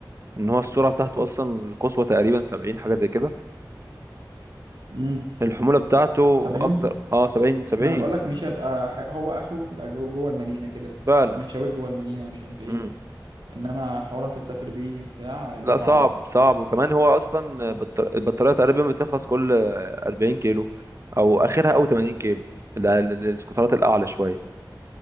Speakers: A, on the right; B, on the right.
A: ان هو السرعه بتاعته اصلا القصوى تقريبا 70 حاجه زي كده
B: امم
A: الحموله بتاعته
B: 70
A: اكتر اه 70 70
B: ما انا بقول لك مش هيبقى ح- هو اخره تبقى جو جوه المدينه كده
A: فعلا
B: مشاوير جوه المدينه مش عارف ايه
A: امم
B: انما حوار انت تسافر بيه بتاع هيبقى
A: لا
B: صعبه
A: صعب صعب وكمان هو اصلا
B: اه
A: البطار- البطاريه تقريبا بتخلص كل 40 كيلو او اخرها او 80 كيلو ال- ال- السكوترات الاعلى شويه